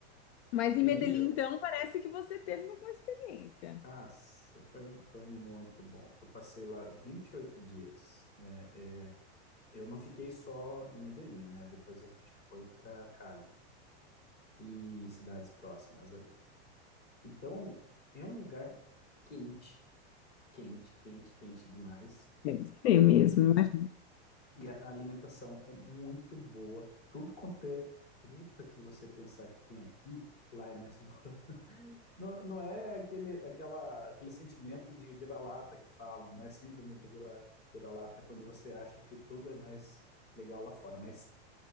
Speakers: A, on the left (about 80°); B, on the left (about 35°).
A: Mas
B: É terrível.
A: em Medellín, então, parece que você teve uma boa experiência.
B: Ah, se- foi, foi muito bom. Eu passei lá 28 dias, né? É, eu não fiquei só em Medellín, né? Depois a gente foi para Cali e cidades próximas ali. Então, é um lugar quente, quente, quente, quente demais.
A: Deve ser
B: É,
A: mesmo. mas-
B: e a alimentação é muito boa. Tudo quanto é fruta que você pensar que tem aqui, lá é mais <laughs> saboroso. Não, não é aquele, aquela, aquele sentimento de vira-lata que falam, né? Síndrome do vira, vira-lata, quando você acha que tudo é mais legal lá fora. Mas